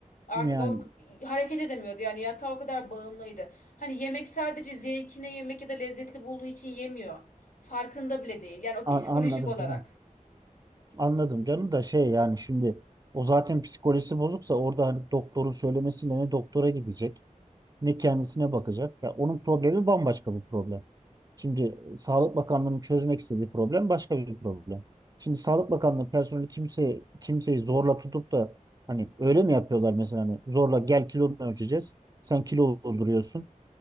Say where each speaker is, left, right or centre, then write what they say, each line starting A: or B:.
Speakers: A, on the left; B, on the right.
A: artık
B: Yani
A: o hareket edemiyordu. Yani yatağa o kadar bağımlıydı. Hani yemek sadece zevkine yemek ya da lezzetli bulduğu için yemiyor. Farkında bile değil. Yani o
B: a-
A: psikolojik
B: anladım
A: olarak.
B: canım. Anladım canım da şey yani şimdi o zaten psikolojisi bozuksa orada hani doktorun söylemesiyle ne doktora gidecek ne kendisine bakacak. Ya onun problemi bambaşka bir problem. Şimdi Sağlık Bakanlığı'nın çözmek istediği problem başka bir problem. Şimdi Sağlık Bakanlığı personeli kimseyi, kimseyi zorla tutup da hani öyle mi yapıyorlar mesela hani zorla gel kilonu ölçeceğiz. Sen kilo dolduruyorsun